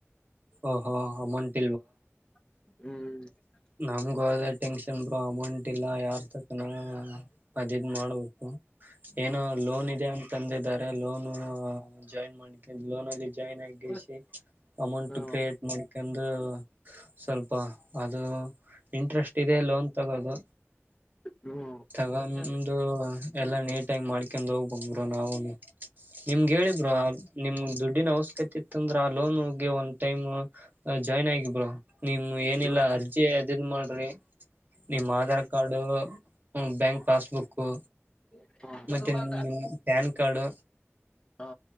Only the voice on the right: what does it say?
ಓಹೋ ಅಮೌಂಟ್
ನಮಗೂ ಅದೇ ಟೆನ್ಶನ್. ಬ್ರೊ ಅಮೌಂಟ್ ಇಲ್ಲ ಯಾರ್ ತಾವ್ ನ ಅದಿದ ಮಾಡ್ಬೇಕು ಏನೋ ಲೋನ್ ಇದೆ ಅಂತ್ ತಂದಿದ್ದಾರೆ ಲೋನ್ ಜಾಯಿನ್ ಮಾಡಿ ಲೋನ ಅಲ್ಲಿ ಜಾಯ್ನ್ ಆಗಿಸಿ
ಅಮೌಂಟ್
ಕ್ರಿಯೇಟ್ ಮಾಡ್ಕಂದು ಸ್ವಲ್ಪ ಅದು. ಇಂಟ್ರೆಸ್ಟ್ ಇದೆ ಲೋನ್ ತಗೋದು
ತಗಂದು
ಎಲ್ಲ ನೀಟಾಗಿ ಮಾಡ್ಕೊಂಡ್ ಹೋಗಬೇಕು ಬ್ರೊ ನಾವುಗಿ ನಿಮ್ಗೆ ಹೇಳಿ ಬ್ರೊ ನಿಮ್. ದುಡ್ಡಿನ ಅವಶ್ಯಕತೆ ಇತ್ತ ಅಂದ್ರೆ ಆ ಲೋನ್ಗೆ ಒನ್ ಟೈಮ್ ಜಾಯ್ನ್ ಆಗಿ ಬ್ರೊ ನಿಮ ಏನಿಲ್ಲ
ಅರ್ಜಿ. ಎ ಅದಿನ್ ಮಾಡ್ರಿ. ನಿಮ್ಮ್ ಆಧಾರ್ ಕಾರ್ಡ್ಡು ಹ್ಮ್ ಬ್ಯಾಂಕ್ ಪಾಸ್ಬುಕ್ಕು
ಮತ್ತೆ ನಿಮ ್ಯಾನ್ ಕಡು